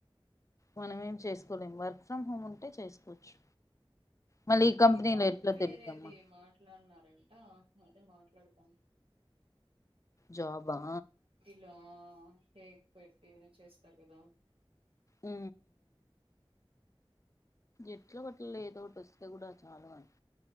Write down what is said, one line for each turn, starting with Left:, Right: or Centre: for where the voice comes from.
Left: మనమేం చేసుకోలేం వర్క్ ఫ్రమ్ హోమ్ ఉంటే చేసుకోవచ్చు మళ్ళీ కంపెనీలో
Right: ఈ పాపకి
Left: ఎట్లా
Right: వేరేది
Left: తెలిదమ్మా
Right: మాట్లాడినారంట అదే మాట్లా లేడతాం
Left: జాబా
Right: ఇలా కేక్ పెట్టి చేస్తారు కదా
Left: ఉ ఎట్లో ఒకట్ల ఏదో ఒకటి వస్తే కూడా చాలు నాకు